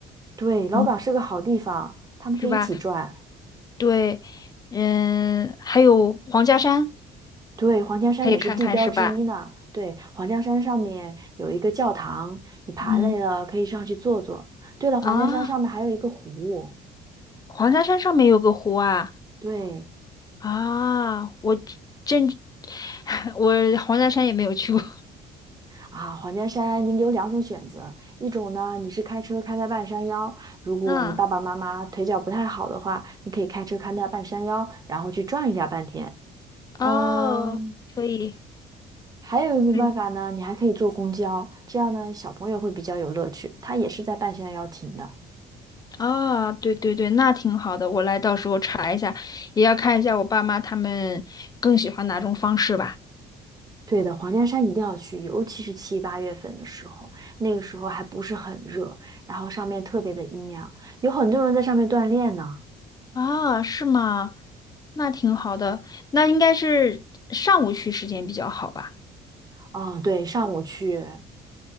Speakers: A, on the right (about 20°); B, on the left (about 20°).
A: 对，老港是个好地方，
B: 嗯，
A: 他们可以一起转。
B: 是吧？对，嗯，还有黄家山
A: 对，黄家山也是地标之一呢。
B: 可以看看，是吧？
A: 对，黄家山上面有一个教堂，你爬累了可以上去坐坐。
B: 嗯，
A: 对了，
B: 啊，
A: 黄家山上面还有一个湖。
B: 黄家山上面有个湖啊，
A: 对
B: 啊，我真，<laughs> 我黄家山也没有去过，
A: 啊，黄家山你有两种选择，一种呢你是开车开到半山腰，如果你爸爸妈妈腿脚不太好的话，
B: <laughs> 嗯，
A: 你可以开车开到半山腰，然后去转一下半天。嗯，
B: 哦，可以。
A: 还有一种办法呢，
B: 对。
A: 你还可以坐公交，这样呢小朋友会比较有乐趣，他也是在半山腰停的。
B: 啊，对对对，那挺好的，我来到时候查一下，也要看一下我爸妈他们更喜欢哪种方式吧。
A: 对的，黄家山一定要去，尤其是七八月份的时候，那个时候还不是很热，然后上面特别的阴凉，有很多人在上面锻炼呢。
B: 啊，是吗？那挺好的，那应该是上午去时间比较好吧？
A: 嗯，对，上午去，